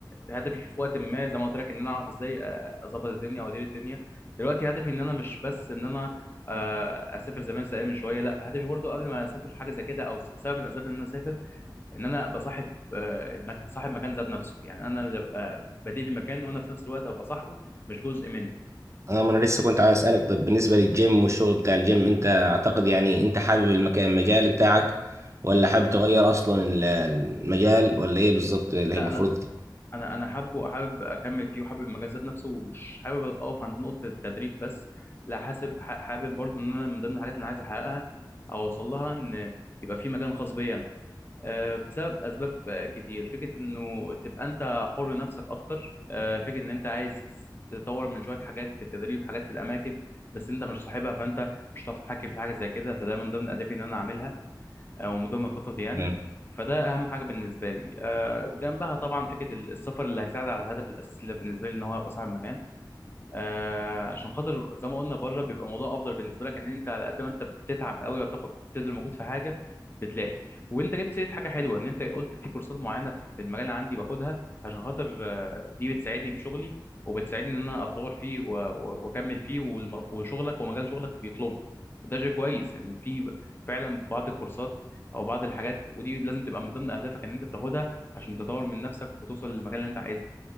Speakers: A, on the left (about 30°); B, on the right (about 40°).
A: هدفي في وقت ما زي ما قلت لك ان انا اعرف ازاي آه، اظبط الدنيا وادير الدنيا دلوقتي هدفي ان انا مش بس ان انا آه، اسافر زي ما انا سايق من شويه لا هدفي برضو قبل ما اسافر حاجه زي كده او س- سبب من الاسباب ان انا اسافر ان انا ابقى صاحب آه، المك- صاحب مكان ذات نفسه يعني انا اللي ابقى بديل المكان وانا في نفس الوقت ابقى صاحبه مش جزء منه
B: اه ما انا لسه كنت عايز اسالك طب بالنسبه للجيم والشغل بتاع الجيم انت اعتقد يعني انت حابب المكان المجال بتاعك ولا
A: م.
B: حابب تغير اصلا ال- المجال ولا ايه بالظبط اللي هي
A: لا
B: المفروض
A: انا انا انا حابه حابب اكمل فيه وحابب المجال ذات نفسه ومش حابب اقف عند نقطه التدريب بس لا حاسب ح- حابب برضو ان انا من ضمن الحاجات اللي انا عايز احققها او اوصل لها ان يبقى في مكان خاص بيا انا آه، بسبب اسباب آه، كتير فكره انه تبقى انت حر نفسك اكتر آه، فكره ان انت عايز تطور من شويه حاجات في التدريب حاجات في الاماكن بس انت مش صاحبها فانت مش هتعرف تتحكم في حاجه زي كده فده من ضمن اهدافي ان انا اعملها او من ضمن خططي يعني
B: تمام
A: فده اهم حاجه بالنسبه لي آه، جنبها طبعا فكره السفر اللي هيساعد على الهدف الاساسي اللي بالنسبه لي ان هو ابقى صاحب مكان آه عشان خاطر زي ما قلنا بره بيبقى الموضوع افضل بالنسبه لك ان انت على قد ما انت بتتعب قوي وبتاخد بتبذل مجهود في حاجه بتلاقي وانت جبت سيره حاجه حلوه ان انت قلت في كورسات معينه في المجال اللي عندي باخدها عشان خاطر آه، دي بتساعدني في شغلي وبتساعدني ان انا اتطور فيه و- و- واكمل فيه والم- وشغلك ومجال شغلك بيطلبها وده شيء كويس ان في ب- فعلا بعض الكورسات او بعض الحاجات ودي لازم تبقى من ضمن اهدافك ان انت تاخدها عشان تطور من نفسك وتوصل للمكان اللي انت عايزه